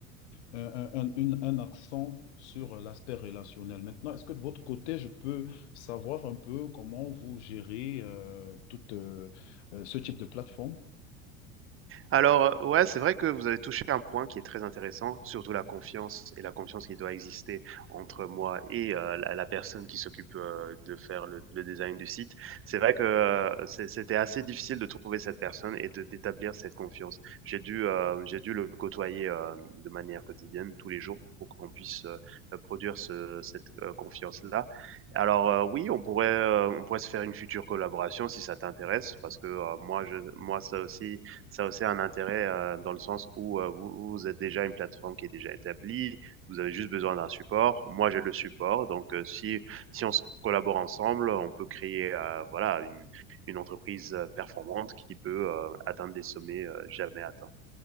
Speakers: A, on the left; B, on the right.
A: un, un- un- une- un accent sur l'aspect relationnel. Maintenant, est-ce que de votre côté, je peux savoir un peu comment vous gérez euh, toute, euh, euh, ce type de plateforme?
B: Alors, heu, ouais, c'est vrai que vous avez touché un point qui est très intéressant, surtout la confiance et la confiance qui doit exister entre moi et heu, la la personne qui s'occupe, heu, de faire le le design du site. C'est vrai que, heu, c'est c'était assez difficile de trouver cette personne et de d'établir cette confiance. J'ai dû, heu, j'ai dû le côtoyer, hem, de manière quotidienne, tous les jours, pour qu'on puisse, heu produire ce cette, heu, confiance-là. Alors, heu, oui, on pourrait, heu, on pourrait se faire une future collaboration si ça t'intéresse parce que, heu, moi je moi ça aussi ça a aussi un intérêt euh, dans le sens où euh, vous, vous êtes déjà une plateforme qui est déjà établie, vous avez juste besoin d'un support. Moi, j'ai le support, donc euh, si si on se collabore ensemble, on peut créer euh, voilà une, une entreprise euh, performante qui peut euh, atteindre des sommets euh, jamais atteints.